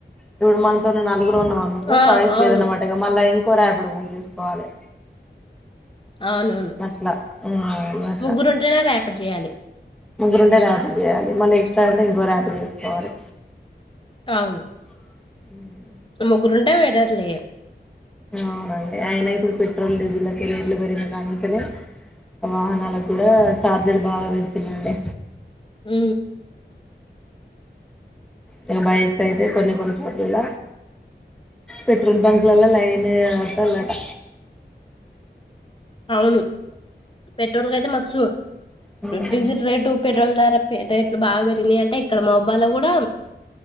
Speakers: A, in the centre; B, on the left (about 30°).
A: ఇప్పుడు మనతోని నలుగురు రున్నమనుకో
B: ఆ
A: ఛాయిస్
B: అవును
A: లేదనమాటిగ మళ్ళా ఇ కొ రాపిడో చేసుకోవాలి
B: అవునవును
A: అట్లా అట్లా
B: ముగ్గురుంటేనే రే పట్టియ్యాలి
A: ముగ్గురుంటే రాపిడో చేయాలి మళ్ళీ ఎక్స్ట్రా ఉంటే ఇంకో రాపిడో చేసుకోవాలె
B: ఔను
A: మ్
B: ముగ్గురుంటే బెటర్లే
A: అవునండి అయిన ఇప్పుడు పెట్రోల్ డీజిల్ లకి రేట్లు పెరిన కాన్నించల్లే వాహనాలకు కూడా ఛార్జీలు బాగా పెంచిల్లండి
B: మ్
A: ఇక బైక్ అయితే కొన్ని కొన్ని చోట్లల్ల పెట్రోల్ బంక్లలో లైన్ ఎత్తాలట
B: అవును పెట్రోల్ కయితే మస్తు
A: హ్మ్.
B: డీజిల్ రేటు పెట్రోల్ ధరా <unintelligible> ఇ బా పెరిగింది అంటే ఇక్కడ మా అ వాళ కూడా